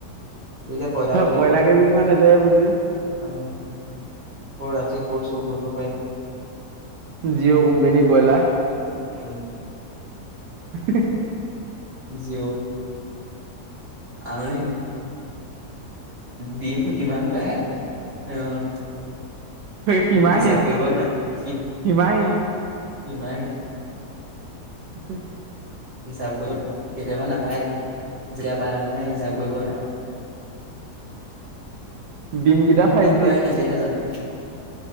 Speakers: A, on the right (about 35°); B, on the right (about 85°).
A: সি এতিয়া বইলা
B: তই
A: বইলাকে
B: ব্ৰইলাৰ
A: থাকিব।
B: কেজি কিমান সেইটোৱে বুজি
A: আহ অ, ৰাতি কছো চুৰ কৰিব পাৰিম।
B: জিঅ' কোম্পানী বইলাৰ
A: উম,
B: ?
A: জিঅ' আন নি ডিম কিমাননো পায় অহ
B: সীমাহীন
A: সি হিচাপ কৰিব নোৱাৰে ডিম
B: সীমাহীন
A: সিমাহিন
B: উ,
A: হিচাপ কৰিব কেতিয়াবা নাপায়ে যেতিয়া পায়ে মানে হিচাপ কৰিব নোৱাৰে আৰু
B: ডিম কেইটা ফাইভ
A: কি কৰে
B: জি
A: সিহঁতিহে জানে